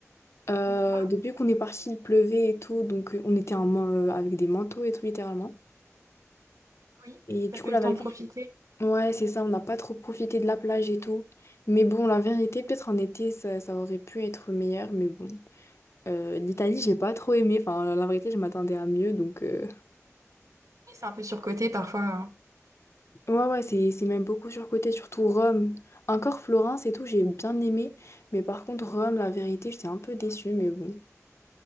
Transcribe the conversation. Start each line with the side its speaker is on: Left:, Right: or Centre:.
Left: Euh,
Right: Des fois,
Left: depuis qu'on est parti, il pleuvait et tout, donc euh, on était en man- euh, avec des manteaux et tout, littéralement.
Right: oui.
Left: Et du
Right: T'as pas
Left: coup,
Right: eu
Left: la
Right: le temps
Left: vérité,
Right: de profiter.
Left: je- ouais, c'est ça, on n'a pas trop profité de la plage et tout. Mais bon, la vérité, peut-être en été, ça, ça aurait pu être meilleur, mais bon. Euh, l'Italie, j'ai pas trop aimé, enfin, la vérité, je m'attendais à mieux, donc... euh,
Right: C'est un peu surcoté parfois. hein.
Left: Ouais, ouais, c'est, c'est même beaucoup surcoté, surtout Rome. Encore Florence et tout, j'ai bien aimé, mais par contre, Rome, la vérité, j'étais un peu déçue, mais bon.